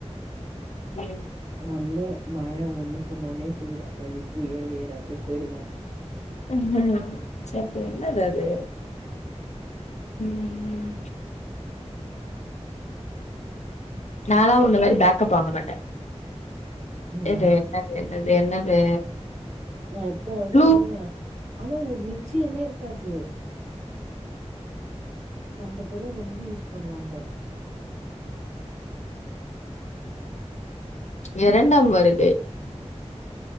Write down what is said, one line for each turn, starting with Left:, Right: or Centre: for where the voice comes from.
Left: உம்
Right: ஒன்னு மழை ஒண்ணு சொன்னோன்னே சூறாவலிப்புயலு ஏல்லாத்தையு போயிடுங்க
Left: <unintelligible> அதுஅது உம் நாலா உன்ன மாறி பேக்கப் வாங்க மாட்ட
Right: ம்
Left: எது என்னது அது என்னது
Right: நா எப்பயாவுதா
Left: க்ளூ
Right: வருவ ஆனா ஒரு நிச்சயமே இருக்காது நம்மல்தெல்லா ரொம்ப யூஸ் பண்ணுவாங்க
Left: இரண்டாம் வரை
Right: உம்